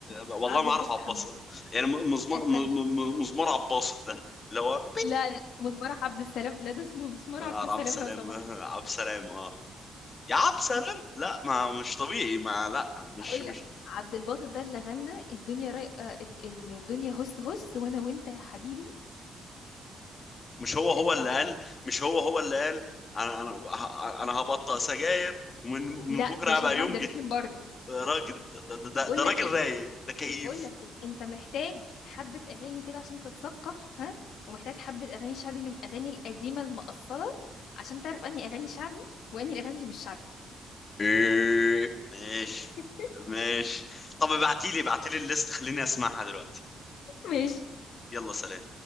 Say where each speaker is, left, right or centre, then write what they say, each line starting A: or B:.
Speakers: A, on the left (about 30°); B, on the left (about 75°).
A: والله
B: عبد
A: ما
B: الباسط
A: اعرف عباصة
B: حموده
A: يعني م- مزمار
B: استنى
A: م- م- مزمار عباصة ده اللي هو
B: لا لا مسمار عبد السلام لا ده اسمه مسمار
A: آه،
B: عبد السلام
A: عبد السلام
B: لو سمحت
A: <laughs> آه، عبد السلام اه يا عبد السلام لا ما مش طبيعي ما لا مش
B: اقول
A: مش
B: لك عبد الباسط ده اللي غنى الدنيا راي... آه، ال- الدنيا هس هس وانا وانت يا حبيبي
A: مش هو هو
B: آه،
A: اللي
B: آه،
A: قال مش هو هو اللي قال انا انا ه- انا هبطل سجاير ومن من
B: لا
A: بكره
B: ده شعبان
A: هبقى يمجد
B: عبد الرحيم برضو
A: آه، راجل ده, ده, ده,
B: بقول
A: ده
B: لك
A: راجل
B: ايه
A: رايق ده كيف
B: بقول لك ايه انت محتاج حبة اغاني كده عشان تتثقف ها ومحتاج حبة اغاني شعبي من الاغاني القديمة المقصرة عشان تعرف انهي اغاني شعبي وانهي الاغاني اللي مش شعبي
A: إيه. ماشي
B: <laughs>
A: ماشي طب ابعتيلي ابعتيلي الليست خليني اسمعها دلوقتي
B: ماشي
A: يلا سلام